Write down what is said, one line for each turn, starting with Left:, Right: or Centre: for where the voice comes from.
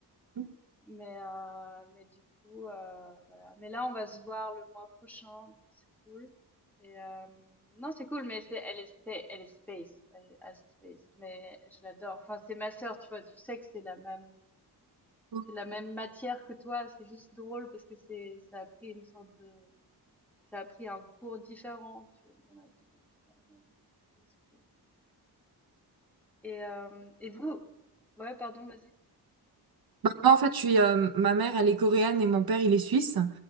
Right: Mhm.
Centre: mais, euh, mais du coup, euh, voilà. Mais là, on va se voir le mois prochain, donc c'est cool. Et euh, non, c'est cool, mais c'est- elle est, spa- elle est space, elle est assez space. Mais je l'adore. Enfin, c'est ma sœur, tu vois. Tu sais que c'est la même,
Right: Moi,
Centre: c'est la même matière que toi. C'est juste drôle parce que c'est, ça a pris une sorte de, ça a pris un cours différent, tu vois, dans la vie. et tout ça, Mais, mais c'est cool. Et, euh, et vous, ouais, pardon, vas-y.
Right: en fait, je suis, euh, ma mère, elle est coréenne et mon père, il est suisse.